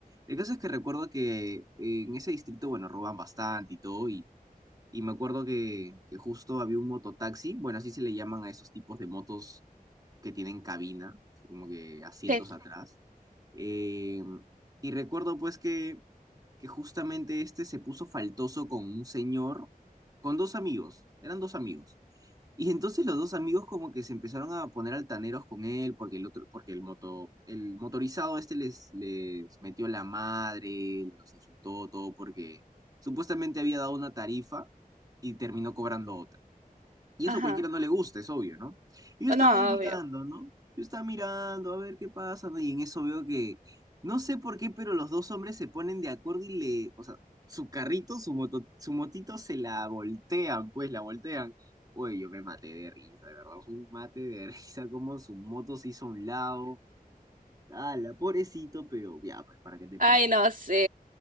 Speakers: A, on the right; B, on the right.
A: El caso es que recuerdo que eh, en ese distrito, bueno, roban bastante y todo, y, y me acuerdo que, que justo había un mototaxi, bueno, así se le llaman a esos tipos de motos que tienen cabina, como que asientos
B: Sí,
A: atrás. Eh, y recuerdo pues que, que justamente este se puso faltoso con un señor, con dos amigos, eran dos amigos. Y entonces los dos amigos como que se empezaron a poner altaneros con él porque el otro, porque el moto, el motorizado este les, les metió la madre, los insultó todo porque supuestamente había dado una tarifa y terminó cobrando otra. Y
B: ajá.
A: eso a cualquiera no le gusta, es obvio, ¿no? Y yo estaba
B: Oh, No,
A: ahí mirando,
B: obvio.
A: ¿no? Yo estaba mirando a ver qué pasa, ¿no? Y en eso veo que, no sé por qué, pero los dos hombres se ponen de acuerdo y le, o sea, su carrito, su moto, su motito se la voltean, pues la voltean. Oye, yo me maté de risa, de verdad, un mate de <laughs> risa, como su moto se hizo a un lado. la pobrecito, pero ya, pues, ¿para qué te
B: Ay,
A: pones
B: no, sí.